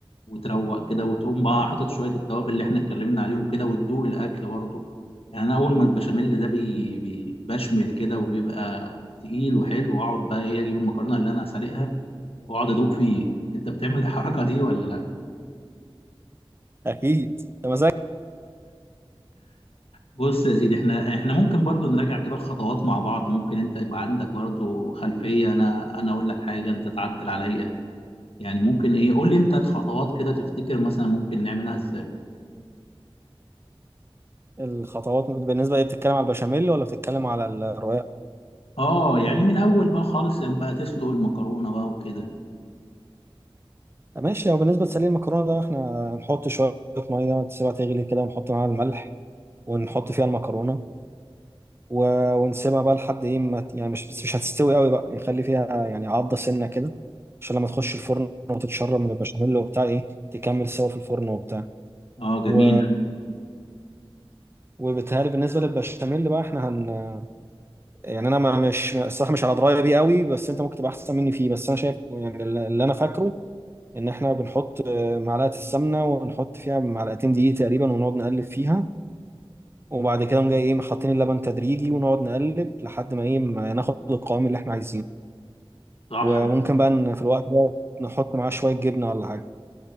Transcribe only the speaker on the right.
اكيد ده مزاج
الخطوات بالنسبه دي بتتكلم على البشاميل ولا بتتكلم على الرقاق
ماشي او بالنسبه لسليم المكرونه ده احنا هنحط شويه ميه تسيبها تغلي كده ونحط معاها الملح ونحط فيها المكرونه و... ونسيبها بقى لحد ايه ما ت- يعني مش بس مش هتستوي قوي بقى يعني خلي فيها يعني عضة سنة كده عشان لما تخش الفرن وتتشرب من البشاميل وبتاع ايه تكمل سوا في الفرن وبتاع
و... <hesitation> وبالتهيألي بالنسبة للبشاميل بقى احنا هن <hesitation> يعني انا ما مش الصراحة مش على دراية بيه قوي بس انت ممكن تبقى احسن مني فيه بس انا شايف يعني اللي انا فاكره ان احنا بنحط <hesitation> آه، معلقة السمنة ونحط فيها معلقتين دقيق تقريبا ونقعد نقلب فيها وبعد كده نقوم جاي ايه حاطين اللبن تدريجي ونقعد نقلب لحد ما ايه ما ناخد القوام اللي احنا عايزينه
وممكن بقى إن في الوقت ده نحط معاه شوية جبنة ولا حاجة